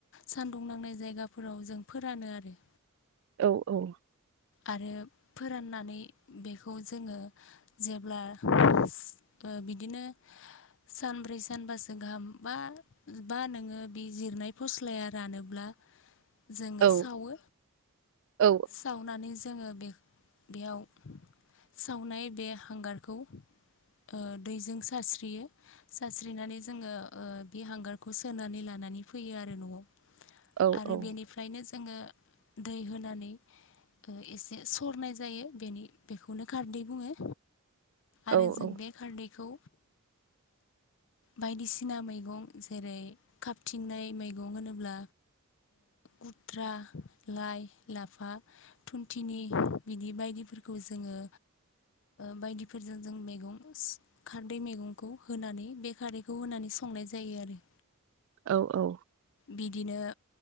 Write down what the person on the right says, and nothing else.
औ औ
<inaudible>
औ
औ
औ
औ
औ
औ
<inaudible>
औ औ।